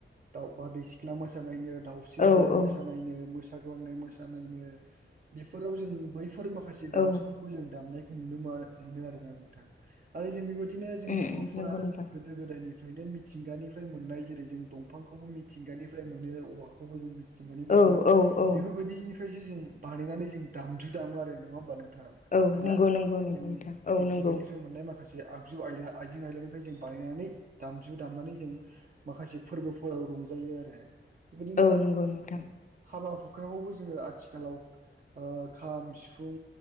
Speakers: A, on the right; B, on the left.
A: दाउ बारदै सिख्ला मोसानायनो दाउ सिरिलाय
B: औ औ
A: मोसानायनो मोसाग्लांनाय मोसानायनो बेफोराव जों बैफोर माखासे दामजुफोरखौ
B: औ
A: जों दामनायखौ मोन मोनो आरोना नोंथां आरो जों बेबायदिनो जों
B: उम
A: बर'फोरा
B: उम नंगौ नोंथां
A: जों गोद गोदो गोदायनिफ्रायनो मिथिंगानिफ्राय मोननाय जेरै जों दंफांखौबो मिथिंगानिफ्राय मोनो औवा खौ जों मिथिंगानिफाय
B: औ
A: मोनो
B: औ औ
A: बेफोरबायदि फ्रायसो जों बानायनानै जों दामजु दामो आरो नङा होमबा नोंथां?
B: औ
A: आ
B: नंगौ नंगौ नंगौ
A: जों
B: नोंथां औ
A: मिथिंगानिफ्राय
B: नंगौ
A: मोननाय माखा माखासे आगजु आइला आइजें आयलानिफ्राय जों बानायनानै दामजु दामनानै जों माखासे फोरबोफोराव रंजायो आरो। बिबदिनो
B: औ नंगौ नोंथां
A: हाबा हुखाखौबो जोङो आथिखालाव। खाम सिफुं